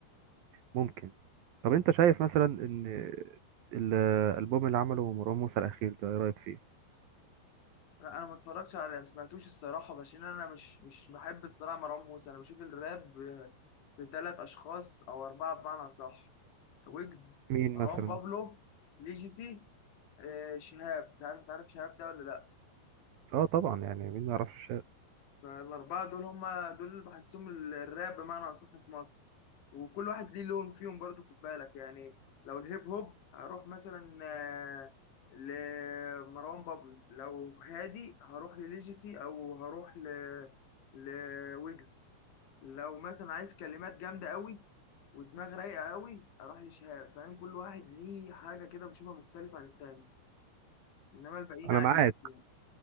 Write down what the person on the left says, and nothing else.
لا انا ما اتفرجتش على ما سمعتوش الصراحه عشان انا مش مش بحب الصراحه مروان موسى انا بشوف الراب في ثلاث اشخاص او اربعه بمعنى صح ويجز
مروان
بابلو ليجيسي آه، شهاب مش عارف تعرف شهاب ده ولا لا
فالاربعه دول هم دول اللي بحسهم الراب بمعنى اصح في مصر وكل واحد ليه لون فيهم برضو خد بالك يعني لو الهيب هوب هروح مثلا آه، لمروان بابلو لو هادي هروح لليجيسي او هروح ل لويجز لو مثلا عايز كلمات جامده قوي ودماغ رايقه قوي اروح لشهاب فاهم كل واحد ليه حاجه كده بشوفها مختلفه عن التاني انما الباقيين
عاديين
يعني.